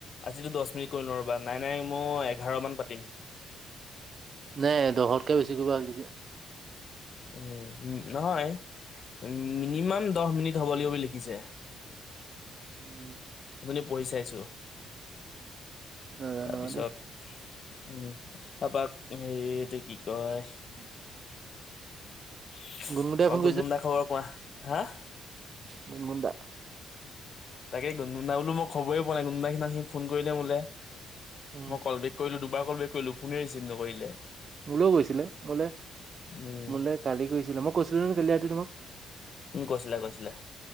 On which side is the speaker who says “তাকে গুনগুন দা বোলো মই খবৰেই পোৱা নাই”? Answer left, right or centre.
Left